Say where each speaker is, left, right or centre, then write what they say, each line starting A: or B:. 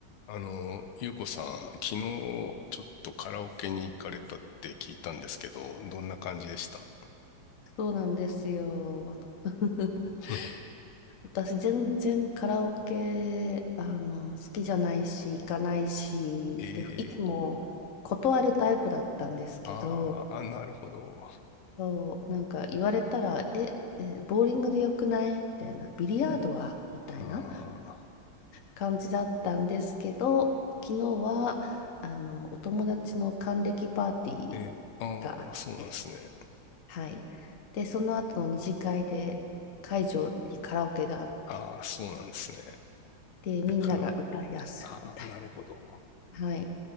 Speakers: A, on the left (about 85°); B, on the left (about 50°).
A: あの、ゆうこさん、昨日ちょっとカラオケに行かれたって聞いたんですけど、どんな感じでした
B: そうなんですよ。<laughs>
A: <laughs>
B: 私、全然カラオケ、あの、好きじゃないし、行かないし、
A: えー、
B: で、いつも断るタイプだったんですけど、
A: あーあ、なるほど。
B: そう、なんか言われたら、え、え、ボーリングでよくないみたいな、ビリヤードはみたいな
A: うんあ
B: 感じだったんですけど、昨日は、あの、お友達の還暦パーティー
A: ー、えー、あー、
B: があって、
A: そうなんですね。
B: はい。で、その後の二次会で会場にカラオケがあって、
A: ああ、そうなんですね。
B: で、みんなが歌い出すみたい
A: で、カラオケ、ああ、なるほど。
B: な。はい。